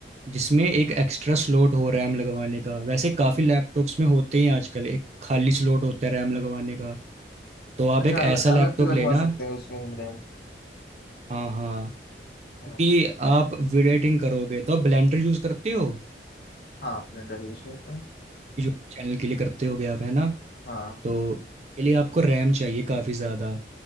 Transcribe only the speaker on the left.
अच्छा
अल,
अलग से लगवा
सकते हैं उसमें हम रैम
हाँ
हाँ स्प्लेंडर यूज करते हैं
हाँ